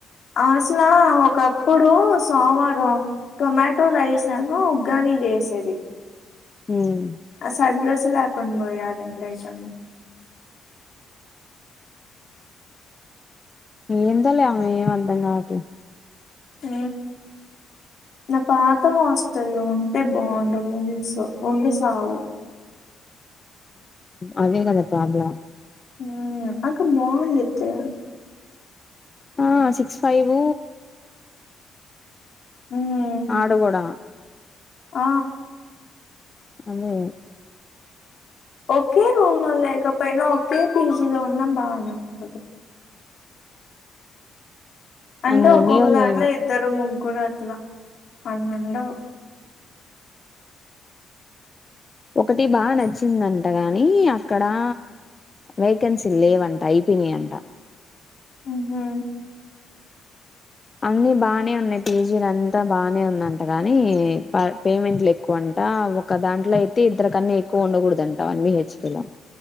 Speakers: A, on the left; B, on the left.
A: అసలా ఒకప్పుడు సోమవారం టొమాటోలా వేసాను ఉ్గని చేసేది
B: మ్మ్
A: ఆ సడ్రెస్లాకుం పోయా అ రెం ఐటమ్
B: ఏంత లేమె ఏం అధం కావట్లే
A: హ నా పాత హాస్టల్ల్లో ఉంటే బాగుండదు ఉ ఉండి సావు
B: అవే కదా ప్రాబ్ల
A: ఉ అక బాగుండతే
B: ఆ సిక్స్ ఫైవ్
A: మ్మ్
B: ఆడు కూడా
A: ఆ
B: అమూ
A: ఓకే రూమ్ లో లేకపోయినా ఓకే పీ జీ లో ఉన్నా బానే ఉంటది అంటే
B: అన్ని
A: ఒక్కొక్క
B: ఉన్నాయో
A: దాంట్లో
B: లేవో
A: ఇద్దరు ముగ్గురు అట్ల అన్నుండవ్
B: ఒకటి బా
A: కాస్
B: నచ్చింది నన్ను టగానీ అక్కడా వేకెన్సీ లేవంట ఐపినయంట
A: ఉహూ
B: అన్ని బానే ఉన్నయ్ పీ జీ లంతా బానే ఉందంట కానీ, ప పేమెంట్లు ఎక్కువన్. టా ఒక దాంట్లో అయితే ఇద్దరుకన్నా ఎక్కువ ఉండకూడదంటా వన్ బి హెచ్ కే లో